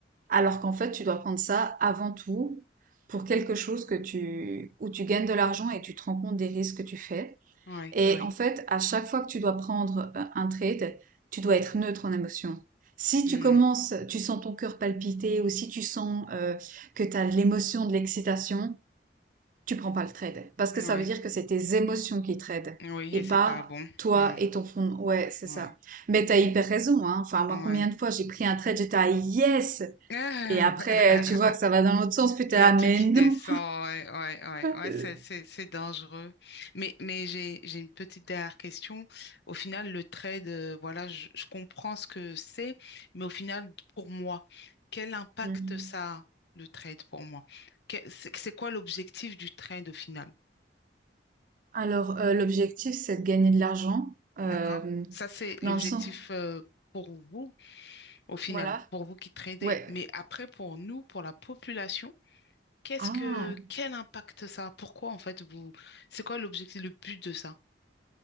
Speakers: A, on the right; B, on the left.
A: Alors qu'en fait, tu dois prendre ça avant tout pour quelque chose que tu, où tu gagnes de l'argent et tu te rends compte des risques que tu fais.
B: ouais,
A: Et
B: ouais,
A: en fait, à chaque fois que tu dois prendre euh, un trade, tu dois être neutre en émotion. Si
B: Hmm,
A: tu commences, tu sens ton cœur palpiter ou si tu sens euh, que tu as l'émotion de l'excitation, tu prends pas le trade. Parce que
B: ouais,
A: ça veut dire que c'est tes émotions qui tradent
B: oui,
A: et
B: et c'est
A: pas
B: pas bon.
A: toi
B: Hmm,
A: et ton fond. Ouais, c'est
B: ouais.
A: ça. Mais t'as hyper raison, hein. Enfin, moi,
B: Ouais.
A: combien de fois j'ai pris un trade, j'étais à yes!
B: <laughs>
A: Et après, euh, tu vois que ça va dans l'autre sens, puis
B: Il
A: t'es
B: y
A: là,
B: a tout
A: mais
B: qui
A: non.
B: descend, ouais, ouais, ouais, ouais,
A: Euh,
B: c'est, c'est, c'est dangereux. Mais, mais j'ai, j'ai une petite dernière question. Au final, le trade, euh, voilà, je, je comprends ce que c'est, mais au final, pour moi, quel impact
A: Mhm.
B: ça a, le trade, pour moi? Que- C'est c'est quoi l'objectif du trade, au final?
A: Alors, euh, l'objectif, c'est de gagner de l'argent, euh,
B: D'accord? Ça, c'est l'objectif,
A: dans le sens,
B: euh, pour vous, au final,
A: voilà,
B: pour vous qui tradez.
A: ouais.
B: Mais après, pour nous, pour la population, Qu'est-ce
A: Ah.
B: que quel impact ça a? Pourquoi en fait vous c'est quoi l'objectif, le but de ça?